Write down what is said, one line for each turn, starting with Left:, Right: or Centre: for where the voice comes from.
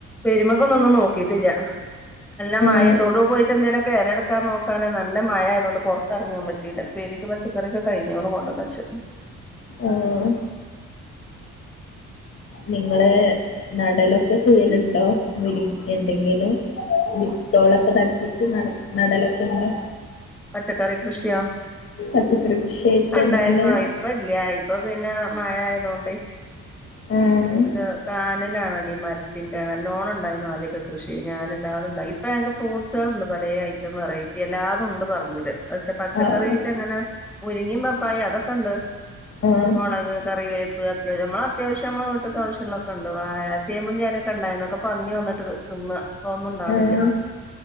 Centre: പെരുമക്ക ഒന്നും ഒന്നും നോക്കിട്ടില്ല. നല്ല
Left: ആഹ്
Centre: മഴം തൊടുവു പോയിട്ട് എന്തെലൊക്കെ എലെടുക്കാൻ നോക്കാനോ നല്ല മഴാതുകൊണ്ട് പൊറത്തെറങ്ങിയാൻ പറ്റില്ല. പേര് പച്ചക്കറി ഒക്കെ കഴിഞ്ഞോണ് കൊണ്ടന്നച്ചു.
Left: ഉം നിങ്ങള് നടലൊക്കെ ചെയ്യലുണ്ടോ. മുരിങ്ങക്കന്തെങ്കിലും. വിത്തോളൊക്കെ താക്കിട്ട് നട നടലൊക്കെണ്ടോ.
Centre: പച്ചക്കറി കൃഷിയാ?
Left: പച്ചക്കറി കൃഷിയായിട്ട്
Centre: ക്കണ്ടായിരുന്നു.
Left: എന്തെങ്കിലും
Centre: ഇപ്പ ഇല്ല്യ. ഇപ്പപ്പിന്നെ മഴായതോണ്ട്.
Left: ആഹ്
Centre: അത് കാനലാണോ? മരത്തിന്റെ നല്ലോണം ഉണ്ടായിരുന്നു. ആദ്യക്കെ കൃഷി ഞാനല്ലാതെ ഇപ്പൊ ഫ്രൂട്ട്സള് ഉണ്ട് പലേ ഐറ്റം വെറൈറ്റി എല്ലാതുണ്ട് പറമ്പില് പക്ഷെ പച്ചക്കറി
Left: ആഹ്
Centre: ഐറ്റങ്ങനെ മുരുങ്ങേം, പപ്പായു അതൊക്കെണ്ട്.
Left: ആഹ്
Centre: മൊളക്, കറിവേപ്പ് അത്യാവശ്യം നമ്മള അത്യാവശ്യ വശ്യങ്ങളൊക്കെ ണ്ട്. വായാ, ചേമ്പും ചേനേക്കെണ്ടാന്നു. ക്കെ പന്നി വന്നിട്ട് തിന്ന തോന്നുണ്ടാണ്
Left: ആഹ്
Centre: ല്ല